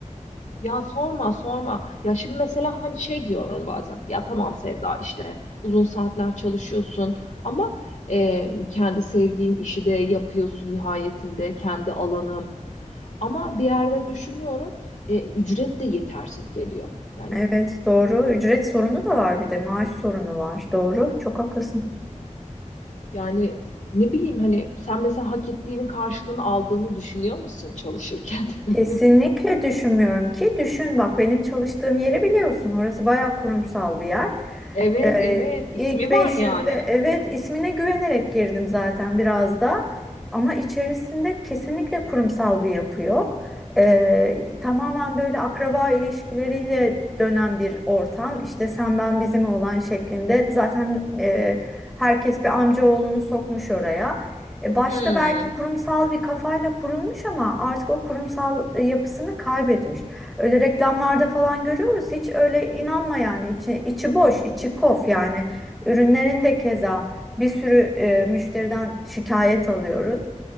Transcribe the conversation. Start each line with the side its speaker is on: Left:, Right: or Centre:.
Left: Ya sorma sorma. Ya şimdi mesela hani şey diyorum bazen. Ya tamam Sevda işte uzun saatler çalışıyorsun ama e, kendi sevdiğin işi de yapıyorsun nihayetinde kendi alanım. Ama bir yerde düşünüyorum e, ücret de yetersiz geliyor. Yani
Centre: Evet, doğru. Ücret sorunu da var bir de maaş sorunu var. Doğru. Çok haklısın.
Left: yani ne bileyim hani sen mesela hak ettiğinin karşılığını aldığını düşünüyor musun çalışırken? <laughs>
Centre: Kesinlikle düşünmüyorum ki. Düşün bak benim çalıştığım yeri biliyorsun. Orası bayağı kurumsal bir yer.
Left: Evet
Centre: Ee,
Left: evet ismi
Centre: ilk 500'de
Left: var yani.
Centre: evet ismine güvenerek girdim zaten biraz da. Ama içerisinde kesinlikle kurumsal bir yapı yok. Ee, tamamen böyle akraba ilişkileriyle dönen bir ortam. İşte sen ben bizim olan şeklinde. Zaten e, herkes bir amcaoğlunu sokmuş oraya. E, başta
Left: Hmm.
Centre: belki kurumsal bir kafayla kurulmuş ama artık o kurumsal e, yapısını kaybetmiş. Öyle reklamlarda falan görüyoruz. Hiç öyle inanma yani. İçi, içi boş, içi kof yani. Ürünlerin de keza bir sürü e, müşteriden şikayet alıyoruz.